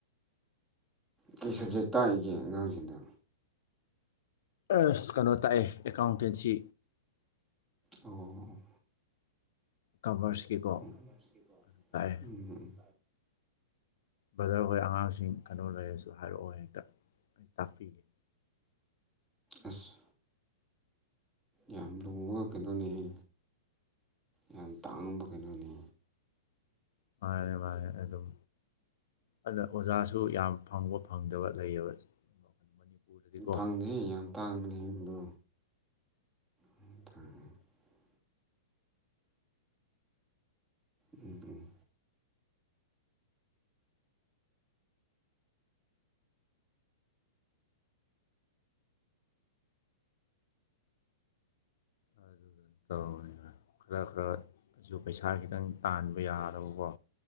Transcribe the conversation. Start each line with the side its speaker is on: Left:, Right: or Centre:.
Centre: ꯀꯩ ꯁꯕꯖꯦꯛ ꯇꯥꯛꯏꯒꯦ ꯑꯉꯥꯡꯁꯤꯡꯗꯣ
Left: ꯑꯁ ꯀꯩꯅꯣ ꯇꯥꯛꯑꯦ ꯑꯦꯀꯥꯎꯟꯇꯦꯟꯁꯤ
Centre: ꯑꯣ
Left: ꯀꯃꯔꯁꯀꯤꯀꯣ
Centre: ꯎꯝ ꯀꯣꯃ꯭ꯔꯁ ꯀꯤꯀꯣ
Left: ꯑꯗꯨ ꯇꯥꯛꯑꯦ
Centre: ꯎꯝ
Left: ꯕ꯭ꯔꯗꯔ ꯍꯣꯏ ꯑꯉꯥꯡꯁꯤꯡ ꯀꯩꯅꯣ ꯂꯩꯔꯁꯨ ꯍꯥꯏꯔꯛꯑꯣ ꯍꯦꯛꯇ ꯑꯩ ꯇꯥꯛꯄꯤꯒꯦ
Centre: ꯑꯁ ꯌꯥꯝ ꯂꯨꯕ ꯀꯩꯩꯅꯣꯅꯦꯍꯦ ꯌꯥꯝ ꯇꯥꯡꯕ ꯀꯩꯅꯣꯅꯦ
Left: ꯃꯥꯅꯦ ꯃꯥꯅꯦ ꯑꯗꯨꯝ ꯑꯗꯨꯅ ꯑꯣꯖꯥꯁꯨ ꯌꯥꯝ ꯐꯪꯕ ꯐꯪꯗꯕ ꯂꯩꯌꯦꯕ ꯃꯅꯤꯄꯨꯔꯗꯗꯤꯀꯣ
Centre: ꯐꯪꯗꯤꯍꯦ ꯌꯥꯝ ꯇꯥꯡꯕꯅꯦꯗꯣ <unintelligible>
Left: ꯑꯗꯨꯗꯨꯅ
Centre: ꯎꯝ ꯎꯝ
Left: ꯑꯗꯨꯗ ꯇꯧꯔꯤꯕ ꯈꯔ ꯈꯔꯁꯨ ꯄꯩꯁꯥ ꯄꯩꯁꯥ ꯈꯤꯇꯪ ꯇꯥꯟꯕ ꯌꯥ ꯅꯕꯀꯣ